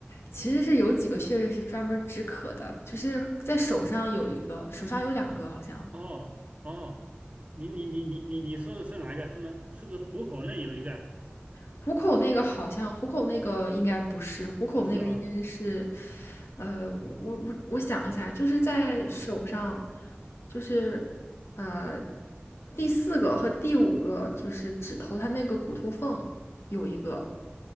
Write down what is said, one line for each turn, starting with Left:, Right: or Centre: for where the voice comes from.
Left: 其实是有几个穴位是专门止渴的，就是在手上有一个，手上有两个好像。
Right: 哦哦，你你你你你你说的是哪一个？是吗？是不是虎口那有一个啊
Left: 虎口那个好像虎口那个应该不是，虎口那个应该是，
Right: 不是啊，
Left: 呃，我我我我想一下，就是在手上，
Right: 嗯，
Left: 就是呃第四个和第五个就是指头，它那个骨头缝有一个，